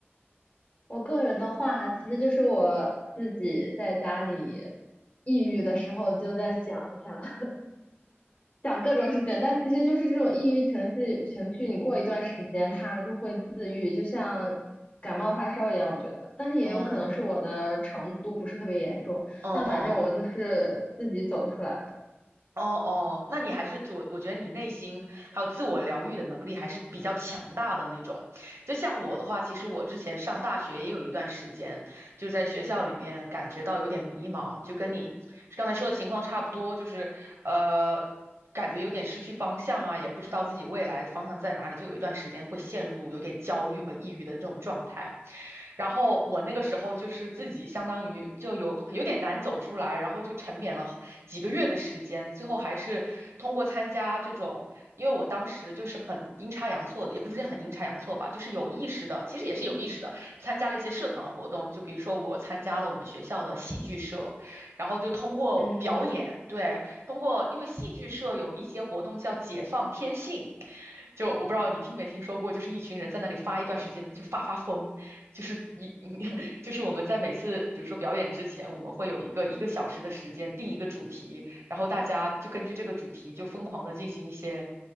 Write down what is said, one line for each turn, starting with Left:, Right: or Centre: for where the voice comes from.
Left: 我个人的话，其实就是我自己在家里抑郁的时候，就在想想 <laughs> 想各种事情，但其实就是这种抑郁情绪情绪，你过一段时间它就会自愈，就像感冒发烧一样，我觉得。但是也有可能是我的程度不是特别严重，
Right: 哦，嗯嗯。
Left: 但反正我就是自己走出来。的。
Right: 哦哦，那你还是就我我觉得你内心还有自我疗愈的能力还是比较强大的那种。就像我的话，其实我之前上大学也有一段时间，就是在学校里面感觉到有点迷茫，就跟你刚才说的情况差不多，就是呃，感觉有点失去方向啊，也不知道自己未来的方向在哪里，就有一段时间会陷入有点焦虑和抑郁的这种状态。然后我那个时候就是自己相当于就有有点难走出来，然后就沉湎了几个月的时间，最后还是通过参加这种，因为我当时就是很阴差阳错的，也不是很阴差阳错吧，就是有意识的，其实也是有意识的，参加了一些社团活动，就比如说我参加了我们学校的戏剧社，然后就通过表演，
Left: 嗯，
Right: 对，通过因为戏剧社有一些活动叫解放天性，就我不知道你听没听说过，就是一群人在那里发一段时间的，就发发疯。就是一 <laughs>，就是我们在每次比如说表演之前，我们会有一个一个小时的时间定一个主题，然后大家就根据这个主题就疯狂的进行一些，